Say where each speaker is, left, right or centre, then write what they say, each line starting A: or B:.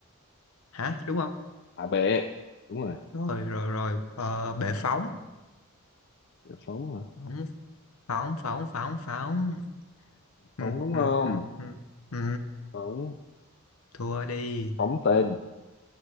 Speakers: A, on the left; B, on the left.
A: hả đúng không
B: à bệ đúng rồi
A: rồi rồi rồi ờ, bệ phóng
B: phóng hả
A: phóng phóng phóng phóng phóng ừ,
B: phóng đúng
A: ừ,
B: không
A: ừ, ừ. Ừ,
B: phóng
A: thua đi
B: phóng tên